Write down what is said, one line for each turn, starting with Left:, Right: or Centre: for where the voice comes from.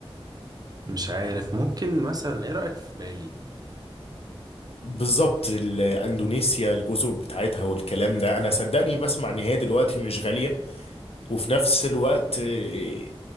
Right: مش عارف ممكن مثلا ايه رأيك في بالي
Left: بالظبط ال- اندونيسيا الجزر بتاعتها والكلام ده انا صدقني بسمع ان هي دلوقتي مش غالية وفي نفس الوقت آه،